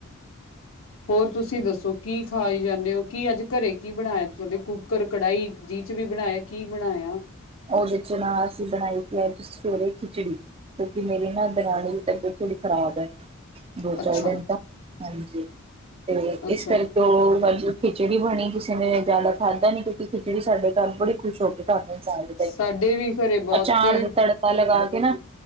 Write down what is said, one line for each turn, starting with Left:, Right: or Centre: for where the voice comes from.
Left: ਹੋਰ ਤੁਸੀਂ ਦੱਸੋ? ਕੀ ਖਾਈ ਜਾਂਦੇ ਹੋ ਕੀ ਅੱਜ ਘਰੇ ਕੀ ਬਣਾਇਆ ਤੁਹਾਡੇ ਕੁੱਕਰ ਕੜਾਹੀ ਜਿਹਦੇ ਚ ਵੀ ਬਣਾਇਆ ਕੀ ਬਣਾਇਆ।
Right: ਉਹਦੇ ਚ ਨਾ, ਅਸੀਂ ਬਣਾਈ ਸੀ ਸਵੇਰੇ ਖਿਚੜੀ। ਕਿਉਂਕਿ ਮੇਰੀ ਨਾ ਦਰਾਣੀ ਦੀ ਤਬੀਅਤ ਥੋੜੀ ਖਰਾਬ ਹੈ। ਦੋ
Left: ਅੱਛਾ
Right: ਚਾਰ ਦਿਨ ਦਾ ਹਾਂਜੀ, ਤੇ
Left: ਅੱਛਾ
Right: ਇਸ ਕਰਕੇ। ਲੋ, ਹਾਂਜੀ, ਅੱਜ ਖਿਚੜੀ ਬਣੀ, ਕਿਸੇ ਨੇ ਜ਼ਿਆਦਾ ਖਾਧਾ ਨੀ, ਕਿਉਂਕਿ ਖਿਚੜੀ ਸਾਡੇ ਘਰ ਬੜੇ ਖੁਸ਼ ਹੋ ਕੇ ਖਾਂਦੇ ਨ ਸਾਰੇ। ਦਹੀਂ
Left: ਸਾਡੇ ਵੀ ਘਰੇ ਬਹੁਤ
Right: ਅਚਾਰ
Left: ਤੇ
Right: ਨੂੰ ਤੜਕਾ ਲਗਾ ਕੇ ਨਾ